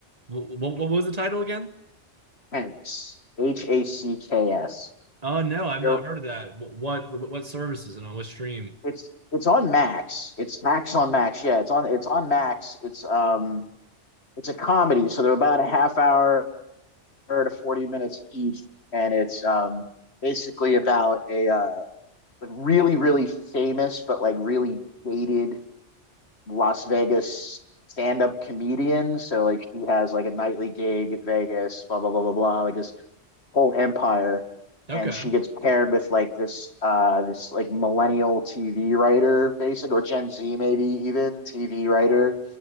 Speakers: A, on the right; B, on the left.
A: What, what, what was the title again?
B: Hacks. H A C K S.
A: Oh no, I've not
B: So
A: heard of that. Wh- What what, what services and on what stream?
B: it's it's on Max. It's Max on Max. Yeah, it's on it's on Max. It's um it's a comedy, so they're about a half hour to forty minutes each, and it's um basically about a uh, really really famous but like really dated Las Vegas stand-up comedian. So like he has like a nightly gig at Vegas, blah blah blah blah blah. Like this whole empire
A: Okay.
B: and she gets paired with like this uh this like millennial TV writer basic or Gen Z maybe even TV writer